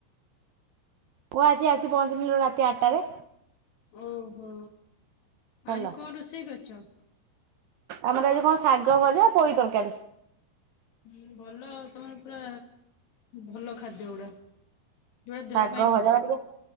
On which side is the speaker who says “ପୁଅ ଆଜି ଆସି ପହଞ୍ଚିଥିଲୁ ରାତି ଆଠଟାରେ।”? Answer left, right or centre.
Right